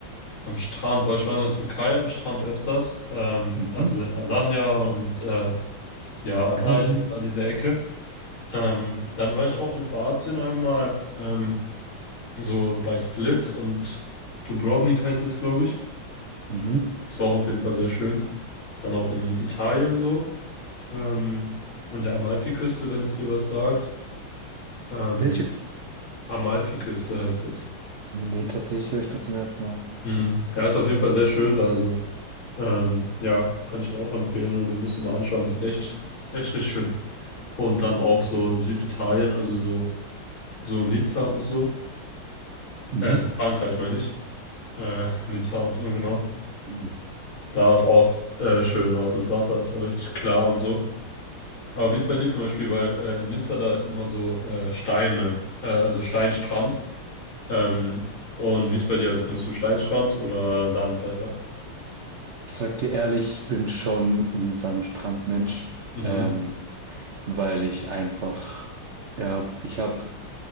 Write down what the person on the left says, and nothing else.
Am Strand, weil ich war in der Türkei am Strand öfters, ähm,
also in Alanya und äh, ja, Antalya,
da diese Ecke. Ähm, dann war ich auch in Kroatien einmal, ähm, so bei Split und Dubrovnik heißt es, glaube ich.
Das war auch auf jeden Fall sehr schön. Dann auch in Italien so, ähm, an der Amalfiküste, wenn es dir was sagt. Ähm,
Amalfiküste heißt es.
Mhm. Ja, ist auf jeden Fall sehr schön da, also. Ähm, ja, kann ich dir auch empfehlen. Also musst du dir mal anschauen. Das Ist echt, ist echt richtig schön. Und dann auch so in Süditalien, also so, so Nizza und so.
also Frankreich meine ich. Äh, Nizza und so, genau.
Da ist auch äh, schön, auch das Wasser ist da richtig klar und so. Aber wie ist bei dir zum Beispiel, weil äh, in Nizza da ist immer so äh, Steine, äh, also Steinstrand. Ähm, und wie ist bei dir? Also findest du Steinstrand oder Sand besser?
Mhm.